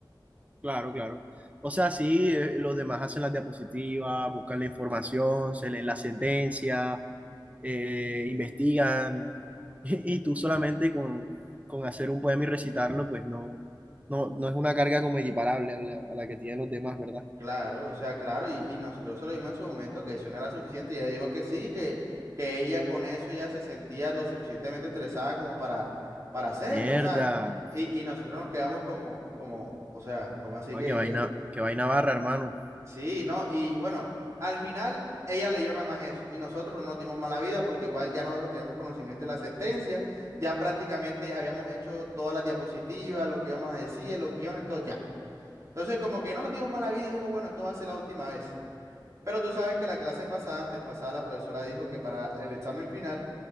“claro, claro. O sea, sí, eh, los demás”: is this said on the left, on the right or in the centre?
Right